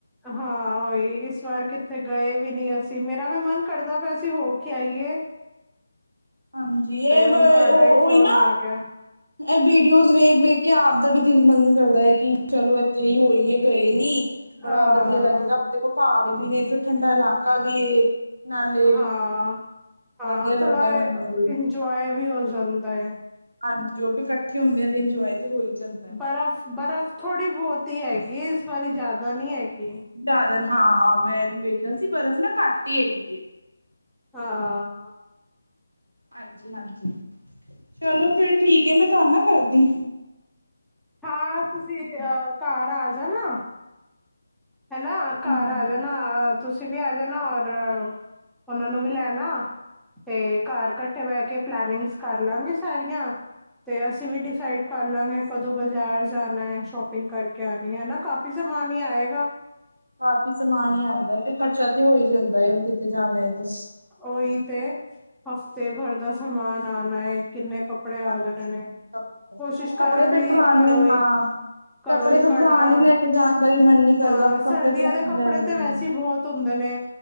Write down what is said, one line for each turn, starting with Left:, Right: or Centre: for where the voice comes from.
Centre: ਹਾਂ। ਉਈ ਇਸ ਵਾਰ ਕਿੱਥੇ ਗਏ ਵੀ ਨੀ ਅਸੀ। ਮੇਰਾ ਵੀ ਮਨ ਕਰਦਾ ਪੇਆ ਸੀ ਹੋ ਕੇ ਆਈਏ।
Right: ਹਾਂਜੀ। ਐ
Centre: ਤੇ ਹੁਣ
Right: ਬ
Centre: ਤੁਹਾਡਾ
Right: ਓ
Centre: ਹੀ ਫੋਨ
Right: ਓਈ ਨਾ।
Centre: ਆ ਗਿਆ
Right: ਐ ਵੀਡੀਓਜ਼ ਵੇਖ ਵੇਖ ਕੇ ਆਪ ਦਾ ਵੀ ਦਿਲ ਮਨ ਕਰਦਾ ਏ ਕਿ ਚਲੋ ਏਥੇ ਈ ਹੋਈਏ ਗਏ ਨੀ। ਬੜਾ
Centre: ਹਾਂ
Right: ਵਧੀਆ ਲੱਗੇਗਾ। ਦੇਖੋ ਪਾੜ ਵੀ ਨੇ ਫਿਰ ਠੰਡਾ ਲਾਕਾ ਵੀ ਏ। ਨਾਲੇ
Centre: ਹਾਂ। ਹਾਂ
Right: ਵਧੀਆ ਲੱਗਦਾ
Centre: ਥੋੜਾ
Right: ਮੈਨੂੰ
Centre: ਅ
Right: ਵੀ,
Centre: ਇੰਜੋਏ ਵੀ ਹੋ ਜਾਂਦਾ ਏ।
Right: ਹਾਂਜੀ ਓ ਵੀ ਕੱਟ ਠੇ ਹੁੰਦੇ ਐ ਤੇ ਇੰਜੋਏ ਤੇ ਹੋ ਹੀ ਜਾਂਦਾ ਹੈ।
Centre: ਬਰਫ਼ ਬਰਫ਼ ਥੋੜੀ ਬੋਤ ਈ ਹੈਗੀ ਏ ਇਸ ਵਾਰੀ ਜਾਦਾ ਨੀ ਹੈਗੀ।
Right: ਜਾਦਨ ਹਾਂ। ਮੈਂ ਵੀ ਵੇਖੇਆ ਸੀ ਬਰਫ਼ ਨਾ ਘੱਟ ਈ ਹੈਗੀ ਏ।
Centre: ਹਾਂ।
Right: ਹਾਂਜੀ ਹਾਂਜੀ। ਚਲੋ ਫੇਰ ਠੀਕ ਏ ਮੈਂ ਤੁਹਾਨੂੰ ਨ ਕਰਦੀ।
Centre: ਹਾਂ। ਤੁਸੀ ਅ ਘਰ ਆ ਜਾਨਾ। ਹਨਾ
Right: ਹੂੰ
Centre: ਘਰ ਆ ਜਾਨਾ। ਅ ਤੁਸੀ ਵੀ ਆ ਜਾਨਾ ਔਰ ਓਨਾਂ ਨੂੰ ਵੀ ਲੈ ਆਨਾ। ਤੇ ਘਰ ਕੱਠੇ ਬੈ ਕੇ ਪਲੈਨਿਂਗਸ ਕਰ ਲਾਂਗੇ ਸਾਰੀਆਂ। ਤੇ ਅਸੀ ਵੀ ਡਿਸਾਈਡ ਕਰ ਲਾਂਗੇ ਕਦੋਂ ਬਜਾਰ ਜਾਨਾ ਐ ਸ਼ੋਪਿੰਗ ਕਰ ਕੇ ਆਨੀ ਐ। ਨਾ ਕਾਫ਼ੀ ਸਮਾਨ ਈ ਆਏਗਾ।
Right: ਕਾਫੀ ਸਮਾਨ ਈ ਆਂਦਾ ਐ। ਤੇ ਖਰਚਾ ਤੇ ਹੋ ਈ ਜਾਂਦਾ ਏ ਹੁਣ ਕਿਤੇ ਜਾਨਾ ਏ ਤੇ।
Centre: ਓਈ ਤੇ। ਹਫਤੇ ਭਰ ਦਾ ਸਮਾਨ ਆਨਾ ਏ ਕਿੰਨੇ ਕੱਪ ਕੱਪੜੇ ਆ
Right: ਹਾਂਜੀ
Centre: ਜਾਨੇ ਨੇ।
Right: ਕੱਪੜੇ
Centre: ਕੋਸ਼ਿਸ਼ ਕਰਾਂਗੀ
Right: ਕੱਪੜੇ ਫਿਰ ਪੁਰਾਣੇ
Centre: ਘਰੋਂ ਈ
Right: ਹਾਂ। ਕੱਪੜੇ
Centre: ਘਰੋਂ ਈ
Right: ਫਿਰ
Centre: ਕੱਢ
Right: ਪੁਰਾਣੇ
Centre: ਲਾਂ।
Right: ਲੈ ਕੇ ਜਾਣ ਦਾ ਵੀ ਮਨ ਨੀ ਕਰਦਾ
Centre: ਹਾਂ
Right: ਕੱਪੜੇ
Centre: ਸਰਦੀਆਂ
Right: ਪੁਰਾਣੇ
Centre: ਦੇ ਕੱਪੜੇ
Right: ਲੈਣ ਦੇ।
Centre: ਤੇ ਵੈਸੇ ਈ ਬੋਹਤ ਹੁੰਦੇ ਨੇ।